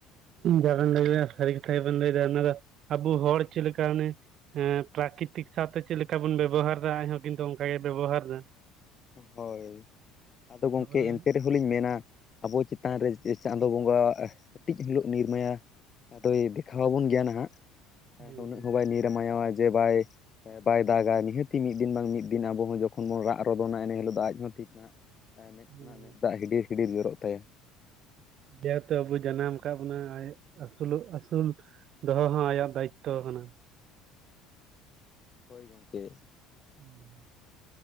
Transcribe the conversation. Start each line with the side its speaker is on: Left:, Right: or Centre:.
Right: ᱡᱟ ᱵᱮᱱ ᱞᱟᱹᱭᱫᱟ ᱥᱟᱹᱨᱤ ᱠᱟᱛᱷᱟ ᱜᱮᱵᱮᱱ ᱞᱟᱹᱭᱫᱟ ᱚᱱᱟ ᱫᱚ ᱟᱵᱚ ᱦᱚᱲ ᱪᱮᱫ ᱞᱮᱠᱟ ᱚᱱᱮ ᱦᱮᱸ ᱯᱨᱟᱠᱨᱤᱛᱤᱠ ᱥᱟᱶᱛᱮ ᱪᱮᱫ ᱞᱮᱠᱟ ᱵᱚᱱ ᱵᱮᱵᱚᱦᱟᱨ ᱫᱟ ᱟᱡᱦᱚᱸ ᱠᱤᱱᱛᱩ ᱚᱱᱠᱟᱜᱮ ᱵᱮᱵᱚᱦᱟᱨ ᱫᱟ᱾
Left: ᱦᱳᱭ ᱟᱫᱚ ᱜᱚᱝᱠᱮ
Right: ᱛᱟᱯᱚᱨᱮ
Left: ᱮᱱᱛᱮ ᱨᱮᱦᱚᱸ ᱦᱚᱞᱤᱧ ᱢᱮᱱᱟ ᱟᱵᱚ ᱪᱮᱛᱟᱱ ᱨᱮ ᱪᱟᱸᱫᱚ ᱵᱚᱸᱜᱟ ᱠᱟᱹᱴᱤᱡ ᱦᱤᱞᱳᱜ ᱱᱤᱨᱢᱟᱹᱭᱟ ᱟᱫᱚᱭ ᱫᱮᱠᱷᱟᱣ ᱟᱵᱚᱱ ᱜᱮᱭᱟ ᱱᱟᱦᱟᱸᱜ
Right: ᱦᱩᱸ
Left: ᱩᱱᱟᱹᱜ ᱦᱚᱸ ᱵᱟᱭ ᱱᱤᱨᱢᱟᱭᱟᱣᱟ ᱡᱮ ᱵᱟᱭᱼᱼ ᱵᱟᱭ ᱫᱟᱜᱟ ᱱᱤᱦᱟᱹᱛᱤ ᱢᱤᱫ ᱫᱤᱱ ᱵᱟᱝ ᱢᱤᱫ ᱫᱤᱱ ᱟᱵᱚ ᱦᱚᱸ ᱡᱚᱠᱷᱚᱱ ᱵᱚᱱ ᱨᱟᱜ ᱨᱚᱫᱚᱱᱟ ᱮᱱᱹ ᱦᱤᱞᱳᱜ ᱫᱚ ᱟᱡ ᱦᱚᱸ ᱴᱷᱤᱠ ᱢᱮᱫ
Right: ᱦᱩᱸ
Left: ᱠᱷᱚᱱᱟᱜ ᱢᱮᱫ ᱫᱟᱜ ᱦᱤᱰᱤᱨ ᱦᱤᱰᱤᱨ ᱡᱚᱨᱚᱜ ᱛᱟᱭᱟ᱾
Right: ᱡᱮᱦᱮᱛᱩ ᱟᱵᱩᱭ ᱡᱟᱱᱟᱢ ᱟᱠᱟᱫ ᱵᱚᱱᱟ ᱟᱡᱼᱮ ᱟᱥᱩᱞᱚᱜ ᱟᱹᱥᱩᱞ ᱫᱚᱦᱚ ᱦᱚᱸ ᱟᱭᱟᱜ ᱫᱟᱭᱤᱛᱛᱚ ᱠᱟᱱᱟ᱾
Left: ᱦᱳᱭ ᱜᱚᱢᱠᱮ᱾
Right: ᱦᱮᱸᱻ